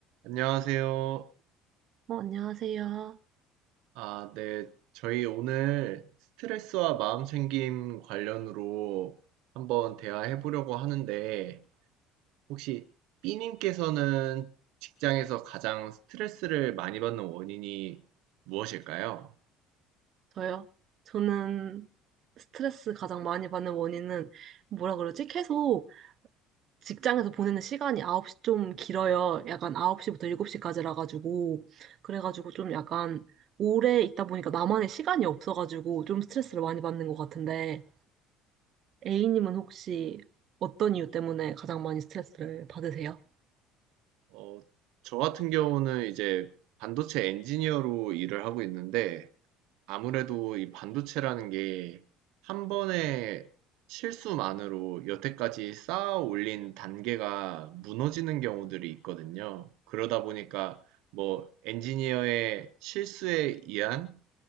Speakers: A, on the right (about 75°); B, on the right (about 50°).
A: 안녕하세요.
B: 어, 안녕하세요.
A: 아, 네. 저희 오늘 스트레스와 마음챙김 관련으로 한번 대화해 보려고 하는데, 혹시 B님께서는 직장에서 가장 스트레스를 많이 받는 원인이 무엇일까요?
B: 저요. 저는 스트레스 가장 많이 받는 원인은 뭐라 그러지? 계속 직장에서 보내는 시간이 9시 좀 길어요. 약간 9시부터 7시까지라 가지고 그래 가지고 그래가지고 좀 약간 오래 있다 보니까 나만의 시간이 없어 가지고 좀 스트레스를 많이 받는 것 같은데 A님은 혹시 어떤 이유 때문에 가장 많이 스트레스를 받으세요?
A: 어, 저 같은 경우는 이제 반도체 엔지니어로 일을 하고 있는데, 아무래도 이 반도체라는 게 한 번의 실수만으로 여태까지 쌓아 올린 단계가 무너지는 경우들이 있거든요. 그러다 보니까 뭐 엔지니어의 실수에 의한